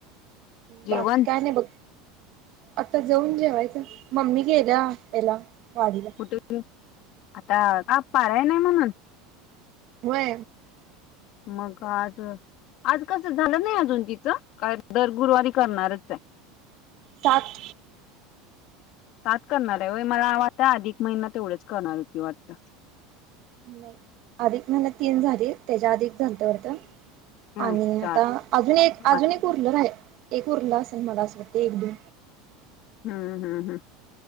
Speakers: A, on the left (about 40°); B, on the right (about 40°).
A: जेवण
B: बाकी काय नाही बघ आता जाऊन जेवायचं मम्मी गेल्या याला वाडीला
A: कुठे आता का पाराय नाही म्हणून
B: होय
A: मगज आज कसं झालं नाही अजून तिचं काय दर गुरुवारी करणारच आहे
B: सात
A: सात करणार आहे व मला वाटता आधिक महिना तेवढाच करणार होती वाटत
B: नाही अधिक म्हला तीन झाली त्याच्या अधिक झालतवरत
A: हम्म
B: आणि
A: चार
B: आता अजून एक
A: हम्म
B: अजून एक उरल आहे एक उरला असेल मला असं वाटते एक दो
A: हम्म हम्म हम्